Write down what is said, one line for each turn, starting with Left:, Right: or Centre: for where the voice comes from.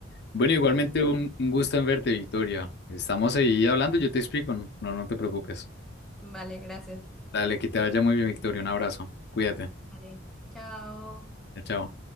Left: Bueno, igualmente un, un gusto en verte, Victoria. Estamos ahí hablando, yo te explico, no, no te preocupes.
Centre: Vale, gracias.
Left: Dale, que te vaya muy bien, Victoria. Un abrazo. Cuídate.
Centre: Vale, Chao.
Left: Chao, chao.